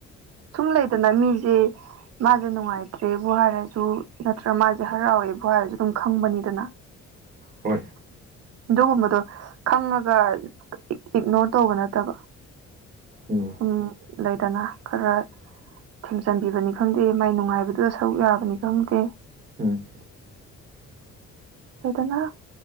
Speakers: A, on the right; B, on the right.
A: ꯁꯨꯝ ꯂꯩꯗꯅ ꯃꯤꯁꯦ ꯃꯥꯁꯦ ꯅꯨꯡꯉꯥꯏꯇ꯭ꯔꯦꯕꯨ ꯍꯥꯏꯔꯁꯨ ꯅꯠꯇ꯭ꯔꯒ ꯃꯥꯁꯦ ꯍꯔꯥꯎꯋꯦꯕꯨ ꯍꯥꯏꯔꯁꯨ ꯑꯗꯨꯝ ꯈꯪꯕꯅꯤꯗꯅ
B: ꯍꯣꯏ
A: ꯑꯗꯨꯒꯨꯝꯕꯗꯣ ꯈꯪꯉꯥꯒ ꯏꯛꯅꯣꯔ ꯇꯧꯕ ꯅꯠꯇꯕ
B: ꯎꯝ
A: ꯎꯝ ꯂꯩꯗꯅ ꯈꯔ ꯊꯦꯝꯖꯤꯟꯕꯤꯕꯅꯤ ꯈꯪꯗꯦ ꯃꯥꯏ ꯅꯨꯡꯉꯥꯏꯕꯗꯨꯗ ꯁꯔꯨꯛ ꯌꯥꯕꯅꯤ ꯈꯪꯗꯦ
B: ꯎꯝ
A: ꯍꯥꯢꯗꯅ